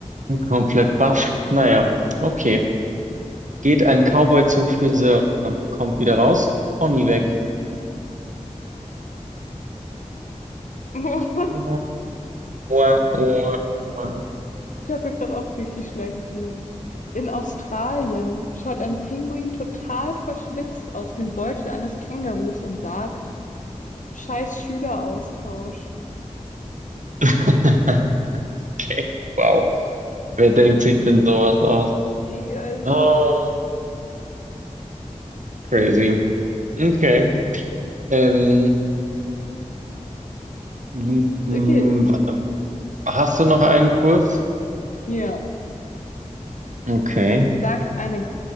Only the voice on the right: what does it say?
komplett baff. Naja, okay. Geht ein Cowboy zum Friseur, kommt wieder raus, Pony weg.
Oha, oha, oha, oha.
<laughs> Okay, wow. Wer denkt sich denn sowas aus?
Oh, crazy. Okay. Ähm, mm,
warte. Hast du noch einen kurz?
Okay.